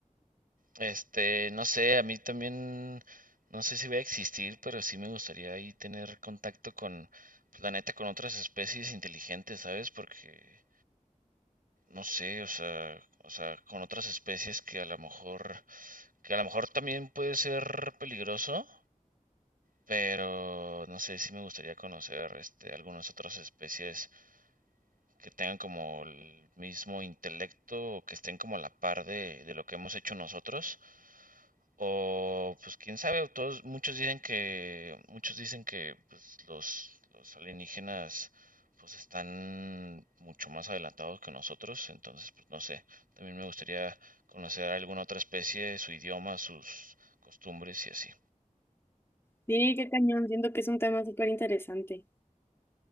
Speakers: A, on the right; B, on the left.
A: Este, no sé, a mí también, no sé si voy a existir, pero sí me gustaría ahí tener contacto con, pues, la neta, con otras especies inteligentes, ¿sabes? Porque, no sé, o sea, o sea, con otras especies que a lo mejor, que a lo mejor también puede ser peligroso, pero no sé, sí me gustaría conocer, este, algunas otras especies que tengan como el mismo intelecto, o que estén como a la par de, de lo que hemos hecho nosotros. O pues quién sabe, todos, muchos dicen que, muchos dicen que pues, los, los alienígenas pues están mucho más adelantados que nosotros, entonces pues no sé, también me gustaría conocer a alguna otra especie, su idioma, sus costumbres y así.
B: Sí, qué cañón, siento que es un tema súper interesante.